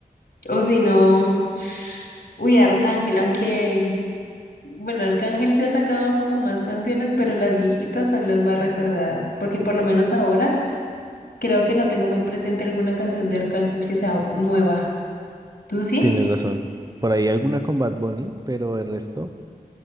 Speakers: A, on the left; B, on the right.
A: O si no, uy, Arcángel, aunque... Bueno, Arcángel se ha sacado como más canciones, pero las viejitas son las más recordadas, porque por lo menos ahora creo que no tengo muy presente alguna canción de Arcángel que sea nueva. ¿Tú sí?
B: tienes razón. Por ahí alguna con Bad Bunny, pero el resto,